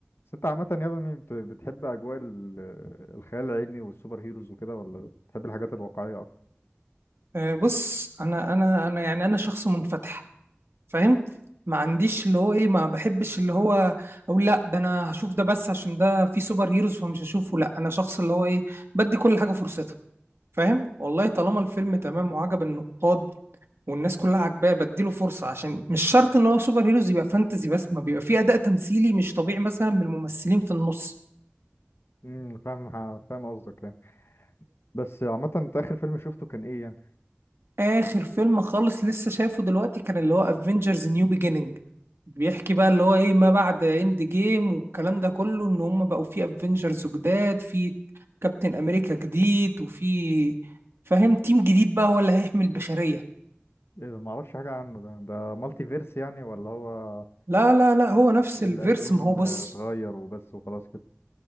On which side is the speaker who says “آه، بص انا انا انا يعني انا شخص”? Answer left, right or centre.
Right